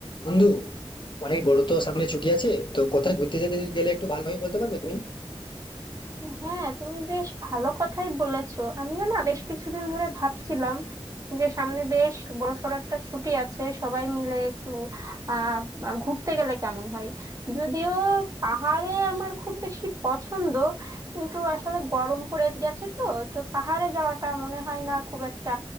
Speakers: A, on the left; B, on the right.
A: বন্ধু অনেক বড় তো সামনে ছুটি আছে তো কোথায় ঘুরতে যেতে গেলে একটু ভালোভাবে বলতে পারবে তুমি
B: হ্যাঁ তুমি বেশ ভালো কথাই বলেছো আমিও না বেশ কিছুদিন ধরে ভাবছিলাম যে সামনে বেশ বড়সড় একটা ছুটি আছে সবাই মিলে একটু আহ আহ, ঘুরতে গেলে কেমন হয় যদিও পাহাড়ে আমার খুব বেশি পছন্দ কিন্তু আসলে গরম পড়ে গেছে তো তো পাহাড়ে যাওয়াটা মনে হয় না খুব একটা